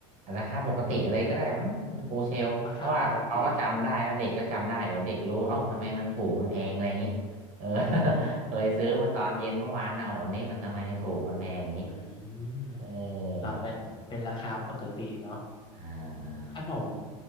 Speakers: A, on the right; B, on the left.
A: ราคาปกติอะไรก็ได้มั้งคุณครูเชลเพราะว่าเขาก็จำได้นะเด็กก็จำได้เดี๋ยวเด็กรู้เอ้าทำไมมันถูกมันแพงอะไรอย่างนี้เออ
B: ราคาปกติเหรออ๋อ
A: <laughs> เคยซื้อมาตอนเย็นเมื่อวานนะโอ้วันนี้มันทำไมถูกมันแพงอย่างนี้
B: อืม
A: เออ
B: อ่าเป็นเป็นราคาปกติเนาะ
A: อ่าอ่า
B: ขนม